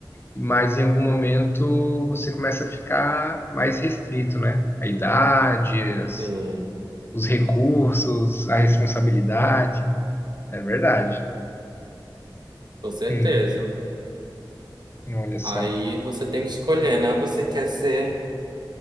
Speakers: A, on the left (about 30°); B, on the right (about 60°).
A: mas em algum momento você começa a ficar mais restrito, né? A idade, as-
B: Sim,
A: os recursos, a responsabilidade. É verdade.
B: com certeza.
A: Hum, olha só.
B: Aí você tem que escolher, né? Você quer ser